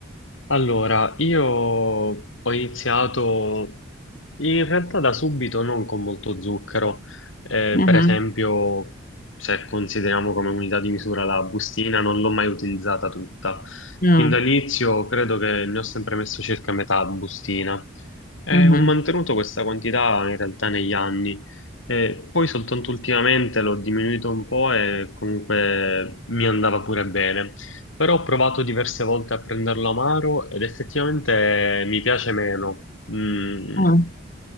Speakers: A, on the left; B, on the left.
A: Allora, io ho iniziato in realtà da subito, non con molto zucchero. Eh,
B: Mhm,
A: per esempio, se consideriamo come unità di misura la bustina, non l'ho mai utilizzata tutta.
B: mm,
A: Fin dall'inizio credo che ne ho sempre messo circa metà bustina. Eh,
B: mhm,
A: ho mantenuto questa quantità in realtà negli anni, Eh, poi soltanto ultimamente l'ho diminuito un po' e comunque mi andava pure bene, però ho provato diverse volte a prenderlo amaro ed effettivamente mi piace meno. Mm,
B: mm,